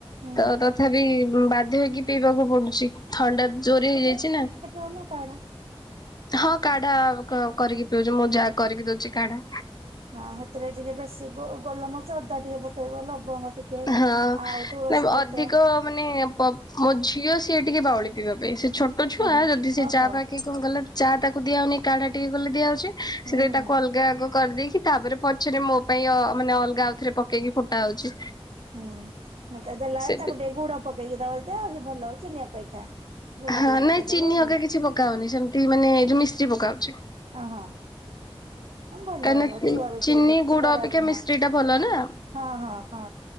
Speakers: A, on the right; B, on the left.
A: ହୁଁ।
B: ତ ତଥାପି ବ ବାଧ୍ୟ ହେଇକି ପିଇବାକୁ ପଡୁଛି ଥଣ୍ଡା ଜୋରେ ହେଇଯାଇଛି ନା।
A: ଉନୁ କାଢା
B: ହଁ କାଢା କ କରିକି ପିଉଛି ମୋ ଯା କରିକି ଦଉଚି କାଢା।
A: ହଁ ସେଥିରେ ଟିକେ ବେଶୀ ଗୋ ଗୋଲମରିଚ ଅଦା ଟିକେ ପକେଇବ ଲବଙ୍ଗ ଟିକେ
B: ହଁ।
A: ଆଉ ତୁଳସୀ
B: ନା
A: ପତ୍ର।
B: ଅଧିକ ମାନେ ପବ୍ ମୋ ଝିଅ ସିଏ ଟିକେ ବାଉଳି ପିଇବା ପାଇଁ ସିଏ ଛୋଟ ଛୁଆ
A: ଓହୋ
B: ଯଦି ସିଏ
A: ଓହୋ
B: ଚାହା ଫାହା କି କଣ କଲେ ଚା ତାକୁ ଦିଆ ହଉନି କାଢା ଟିକେ କଲେ ଦିଆ ହଉଛି
A: ହୁଁ
B: ସିଏ
A: ହୁଁ
B: ତାକୁ ଅଲଗା ଆଗ କରିଦେଇକି ତାପରେ ପଛେରେ ମୋ ପାଇଁ ଅ ମାନେ ଅଲଗା ଆଉଥରେ ପକେଇକି ଫୁଟା ହଉଛି।
A: ହୁଁ ଉଁ ତାକୁ ଦେଲାଆଳେ
B: ସେ
A: ତାକୁ ଟିକେ ଗୁଡ ପକେଇକି ଦବ ଯେ ସିଏ ଭଲ ହବ ଚିନି ଅପେକ୍ଷା। ଗୁଡ
B: ହଁ
A: ଟିକେ ପକେଇଦେଲେ
B: ନାଇଁ ଚିନି ହକା
A: ଭଲ
B: କିଛି ପକା ହଉନି ସେମତି ମାନେ ଏ ଯୋଉ ମିଶ୍ରି ପକା ହଉଛି।
A: ହଁ ହଁ। ନାଇଁ ଭଲ
B: କାହିଁକିନା
A: ହବ ଛୁଆ ବି
B: ଚିନି
A: ପିଇଲେ କିଛି
B: ଗୁଡ
A: ଖରାପ
B: ଅପେକ୍ଷା
A: ନୁହେଁ।
B: ମିଶ୍ରି ଟା ଭଲ ନା
A: ହଁ ହଁ ହଁ